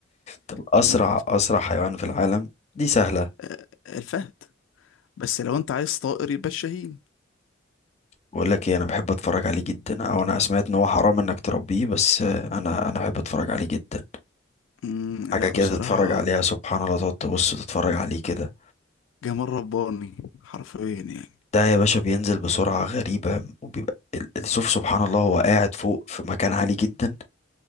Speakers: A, on the left; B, on the left.
A: طب اسرع
B: م.
A: اسرع حيوان في العالم دي سهلة
B: آه، الفهد بس لو انت عايز طائر يبقى الشاهين
A: بقول لك ايه انا بحب اتفرج عليه جدا او انا سمعت ان هو حرام انك تربيه بس آه، انا انا بحب اتفرج عليه جدا
B: مم،
A: حاجه
B: لا
A: كده
B: بصراحة
A: تتفرج عليها سبحان الله تقعد تبص تتفرج عليه كده
B: جمال رباني حرفيا يعني
A: ده يا باشا بينزل بسرعه غريبه وبيبقى ال- السوف سبحان الله هو قاعد فوق في مكان عالي جدا